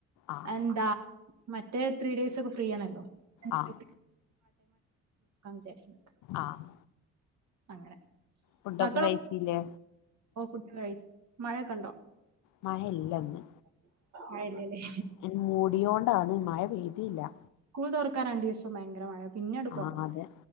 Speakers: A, on the left (about 80°); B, on the right (about 60°).
A: ആഹ്
B: എന്താ മറ്റേ ത്രീ ഡേസ് തിന്ന് ഫ്രീ ആണല്ലോ <unintelligible>
A: ആഹ്
B: വിചാരിച്ച് നിക്ക
A: ആഹ്
B: അങ്ങനെ
A: ഫുഡൊക്കെ
B: മക്കള്
A: കഴിച്ചില്ലേ
B: ഓ ഫുഡ്‌ കയിച്ച് മഴയൊക്കെണ്ടോ?
A: മഴ ഇല്ലെന്ന്
B: ആ ഇല്ലല്ലേ
A: <inaudible> ൻ മൂടിയോണ്ടാണ് മഴ പെയ്തീല്ലാ.
B: <unintelligible> ക്കാൻ രണ്ട് ദിവസം ഭയങ്കര മഴ പിന്നാട് കൊറഞ്ഞു
A: ആഹ് അതെ